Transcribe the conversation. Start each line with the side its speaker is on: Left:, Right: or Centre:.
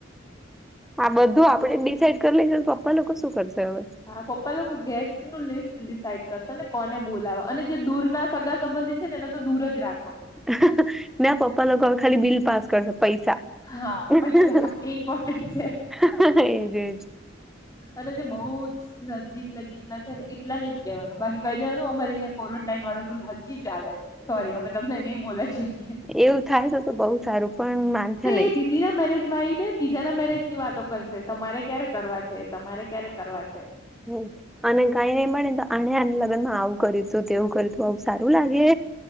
Centre: આ બધું આપડે ડિસાઇડ કરી લઈશું પપ્પા લોકો શું કરશે હવે.
Left: હા પપ્પા લોકો ગેસ્ટ નું લિસ્ટ ડિસઇડ કરશે ને કોને બોલાવા અને જે દૂર ના સગા સંબંધિત છે ને એને તો દૂર જ રાખવા.
Centre: હા હા હા ના પપ્પા લોકો ખાલી બિલ પાસ કર સે પૈસા
Left: હા
Centre: <unintelligible>
Left: પૈસા એ ઇમ્પોર્ટન્ટ છે
Centre: હે હે હે એજ એજ.
Left: અને જે બહુ જ નજીક નજીક ના છે ને એટલા ને જ કેહેવાનું બાકી કહી દેવાનું અમારે અહીં ક્વરન્ટાાઈન વાળો રૂલ હજી ચાલે છે સોરી અમે તમને નહી બોલાવી શકીએ.
Centre: એવું થાય છે તો બઉુ સારું પણ માનસે નહી.
Left: દીદી ના મેરેજ માં આવીઈ ને બીજા ના મેરેજ ની વાતો કરશે તમારે ક્યારેક કરવા છે તમારે ક્યારે કરવા છે.
Centre: હ અને કઈ નઈ મળેને તો આને આ લગ્ન માં આવું કર હતું તેવું કરી તું. બઉ સારું લાગે.